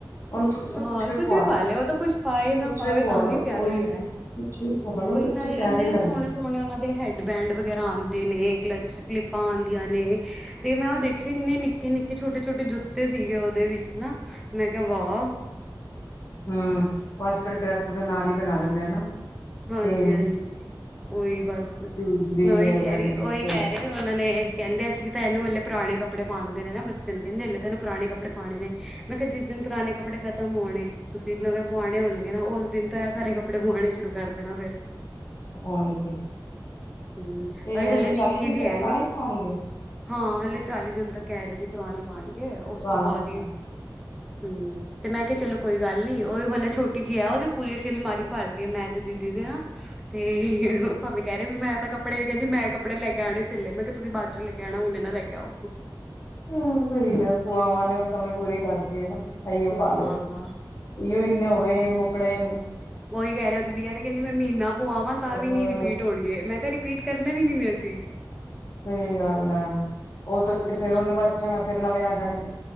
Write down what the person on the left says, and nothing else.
ਹੁਣ ਤੁਸੀ
ਕੁਛ
ਪੁਆ
ਲੋ
ਕੁਛ
ਵੀ ਪੁਆ
ਲੋ
ਉਹੀ
ਕੁਛ। ਪੁਆ ਲੋ
ਬੱਚੇ
ਪਿਆਰੇ
ਲੱਗਦੇ
ਹੂੰ
ਹਮ ਉਹ ਅੱਜ ਕੱਲ ਡਰੈਸ ਦੇ ਨਾਲ ਹੀ ਬਣਾ ਦਿੰਦੇ ਆ ਨਾ?
ਸੇਮ।
ਸ਼ੂਜ ਵੀ
ਹੇਅਰ
ਬੈਂਡ
ਵੀ ਸੇਮ
ਹੋਰ ਤੇ ਕੀ।
ਤੇ
ਚਾਲੀ ਦਿਨ
ਤੱਕ
ਪੁਰਾਣੇ
ਪਾਉਣਗੇ
ਪੁਰਾਣੇ
ਪਾਉਣਗੇ।
ਹੂੰ ਸਹੀ ਹੈ। ਭੂਆਵਾ ਨੇ ਕਮੀ ਪੂਰੀ ਕਰਤੀ ਏ ਨਾ। ਇਹੀ ਪਾ
ਲੇ ਇਹ ਵੀ ਇੰਨੇ ਹੋ ਗਏ ਮੁੱਕਣੇ ਨਹੀਂ।
ਹੋਰ
ਸਹੀ ਗੱਲ ਹੈ ਉਹ ਤੱਕ
ਤੇ ਫੇਰ ਉਹਨੇ ਵੱਧ ਜਾਣਾ ਫੇਰ ਨਵੇਂ ਆ ਜਾਣਗੇ।